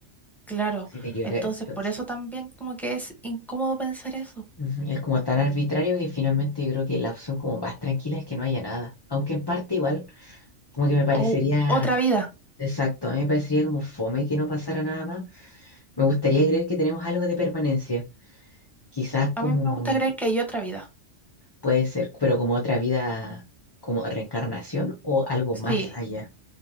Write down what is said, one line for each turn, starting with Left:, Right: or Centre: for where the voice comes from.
Centre: Claro,
Left: Si te equivocáis,
Centre: entonces
Left: entonces,
Centre: por eso también como que es incómodo pensar eso.
Left: ujú, Es como tan arbitrario que finalmente yo creo que la opción como más tranquila es que no haya nada. Aunque en parte igual, como que me parecería
Centre: O otra vida.
Left: Exacto, a mí me parecería como fome que no pasara nada más. Me gustaría creer que tenemos algo de permanencia. Quizás como
Centre: A mí me gusta creer que hay otra vida.
Left: puede ser, pero como otra vida, como reencarnación o algo
Centre: Sí,
Left: más allá.